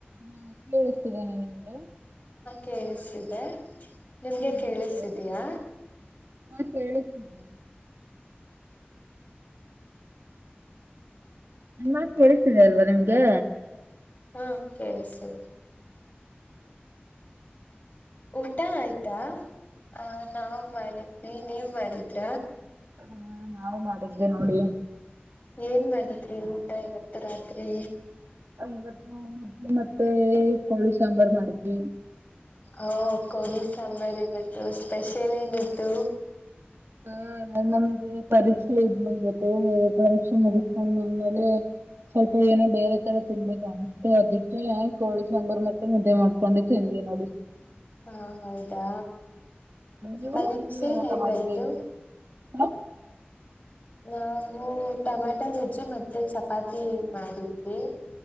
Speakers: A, on the right; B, on the left.
A: ಹಾ ಕೇಳ್ಸ್ತಿದೇನಾ ನಿಮ್ಗೆ
B: ಕೇಳ್ಸ್ತಿದೆ ನಿಮ್ಗೆ
A: ನಮಸ್ತೆ
B: ಕೇಳಸ್ತಿದೆಯಾ
A: ಹಾ ಕೇಳಸ್ತಿದ್ಯಾ ನನ್ ಮಾತ್ ಕೇಳಸ್ತೀದೆ ಅಲ್ವಾ ನಿಮ್ಗೆ
B: ಹ ಕೇಳಸ್ತೀದೆ ಊಟ ಆಯ್ತಾ ಹ ನಾವ್ ಮಾಡಿದ್ವಿ ನೀವ್ ಮಾಡಿದ್ರ
A: ಹಾ, ನಾವು ಮಾಡದ್ವಿ ನೋಡಿ.
B: ಏನ್ ಮಾಡಿದ್ರಿ ಊಟ ಇವತ್ತು ರಾತ್ರಿ
A: ಇವತ್ತು ಮುದ್ದೆ ಮತ್ತೆ ಕೋಳಿ ಸಾಂಬಾರ್ ಮಾಡಿದ್ವಿ.
B: ಹೌ ಕೊಳಿ ಸಾಂಬರ್ ಈವತ್ ತು ಸ್ಪೆಷಲ್ ಏನಿತ್ತು
A: ಹ ನಮ್ದು ಪರೀಕ್ಷೆ ಇದ್ವು ಇವತ್ತು ಪರೀಕ್ಷೆ ಮುಗಸಕೊಂಡ ಬಂದ ಮೇಲೆ ಸ್ವಲ್ಪ ಏನೋ ಬೇರೆ ತರ ತಿನ್ಬೇಕ ಅನಿಸ್ತು, ಅದೀಕ್ಕೆ ಕೋಳಿ ಸಾಂಬರ್ ಮತ್ತೆ ಮುದ್ದೆ ಮಾಡ್ಕೊಂಡ್ ತಿಂದ್ವಿ ನೋಡಿ
B: ಹಾ ಹೌದಾ....
A: ನೀವು
B: ಪರೀಕ್ಷೆ
A: ನೀವೇನ್ ಊಟ
B: ಎಗ್
A: ಮಾಡಿದ್ರಿ
B: ಆಯ್ತು
A: ಹ
B: ನಾವು ಟಮಾಟೊ ಗೊಜ್ಜು ಮತ್ತೆ ಚಪಾತಿ ಮಾಡಿದ್ವಿ.